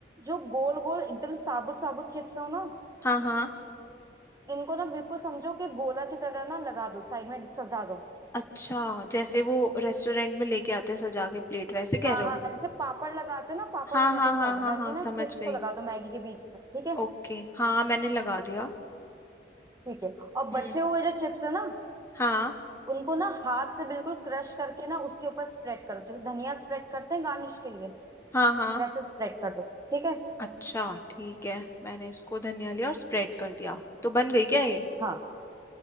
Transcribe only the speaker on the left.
हाँ हाँ
अच्छा जैसे वो रेस्टोरेंट में लेके आते हैं सजा के प्लेट वैसे
कह रहे हो
हाँ
हाँ
हाँ
हाँ
हाँ
समझ
गई
ओके हाँ मैंने लगा दिया
हम्म
हाँ
हाँ हाँ
अच्छा ठीक है मैंने इसको धनिया लिया और स्प्रेड कर दिया तो बन गई क्या ये